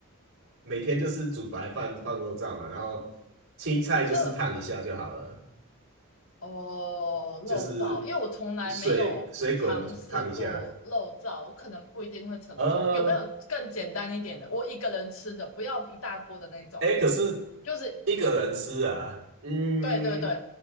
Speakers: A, on the right; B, on the left.
A: 每天就是煮白饭放肉燥嘛，然后青菜就是烫一下就好了，
B: 可是哦，漏照，
A: 就是
B: 因为我从来没有尝试过漏照，
A: 水水滚烫一下。
B: 我可能不一定会成功。
A: 呃，
B: 有没有更简单一点的？我一个人吃的，不要一大锅的那种，
A: 哎，可是
B: 就是
A: 一个人吃啊，嗯。
B: 对对对，